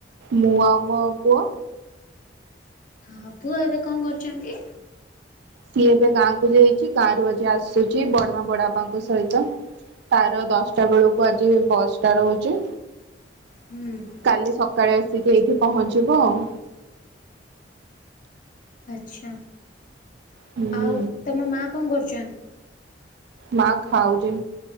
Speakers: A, on the right; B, on the left.
A: ମୁଁ ଆଉ ମୋ ପୁଅ।
B: ହଁ ପୁଅ ଏବେ କଣ କରୁଛନ୍ତି?
A: ସିଏ ଏବେ ଗାଁକୁ ଯାଇଛି ଗାଁରୁ ଆଜି ଆସୁଛି ବଡମା ବଡ ବାପାଙ୍କ ସହିତ। ତାର ଦଶଟା ବେଳକୁ ଆଜି ବଶଟା ରହୁଛି।
B: ହୁଁ।
A: କାଲି ସକାଳେ ଆସିକି ଏଇଠି ପହଞ୍ଚିବ ଆଉ।
B: ଆଚ୍ଛା।
A: ହୁଁ
B: ଆଉ ତମ ମା କଣ କରୁଛନ୍ତି?
A: ମା ଖାଉଛି